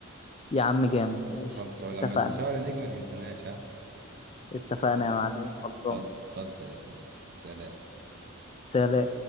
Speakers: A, on the left; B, on the right.
A: يا عم جامد ماشي
B: خلص ولما
A: اتفقنا
B: تتشهر يا نجم ما تنساناش ها
A: اتفقنا يا معلم خلصان
B: خلص خلص يا زميلي سلام
A: سلام